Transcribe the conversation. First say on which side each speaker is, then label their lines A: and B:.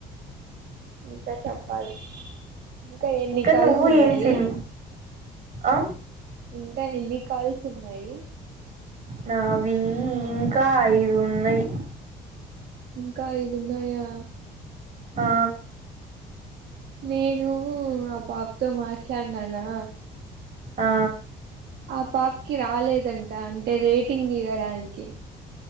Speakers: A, on the right; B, on the right.
A: ఇంకా చెప్పాలి ఇంకా ఎన్ని కాల్స్
B: నువ్వు
A: ఉన్నాయి
B: ఏం సిన్ ఆ
A: ఇంకా ఎన్ని కాల్స్ ఉన్నాయి
B: నావి ఇం ఇక్క ఐదు ఉన్నాయి
A: ఇంకా ఇ న్నాయా
B: ఆ
A: నేను ఆ పాపతో మాట్లాడినానా
B: ఆ
A: ఆ పాప్కి రాలేదంట అంటే రేటింగ్ ఇవ్వడానికి